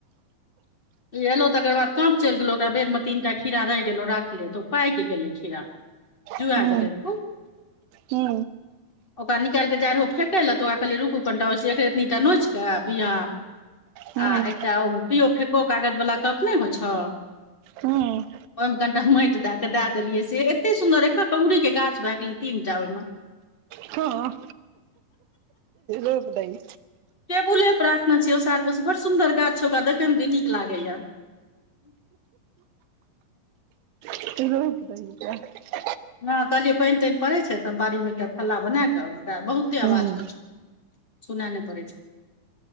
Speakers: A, on the left; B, on the right.
A: इ एलो तकर बाद काँप चल गेलो ओकरा बेर मे तीन टा खीरा रहि गेलो राखले तओ पाक गेलै खीरा जुआ
B: हू
A: गेलै रौ
B: हू
A: ओकरा निकाल क जाइ रहो फेकय लए त ओकरा कहलिय रुँकू एतनिटा ओहिससँ एक रेतीटा नोच क बिया
B: हूँ
A: आ एकटा ओ पिओ फेको कागज बला कप नहि होइ छ
B: हँ
A: ओहिमे कनिटा मइट दए क दए देलियै से एते सुंन्दर एक एक उगरी के गाछ भए गेलै तीन टा ओहिमे
B: हँ फेक दइ
A: टेबुले पर राखने छिओ ओसार बड़ सुंदर गाछ छ ओकरा देखे मे जे नीक लागे या
B: <inaudible>
A: हँ कहलिये पेन तेन पड़ै छै तब बाड़ी मे एकटा थल्ला बना के ओकरा बहुते
B: हूँ
A: आवाज होइ छै सुनै न पड़े छै